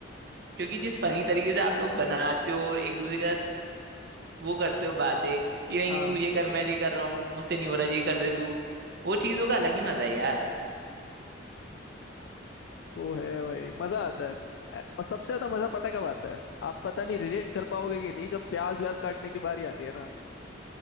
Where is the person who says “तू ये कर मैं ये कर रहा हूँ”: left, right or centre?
Right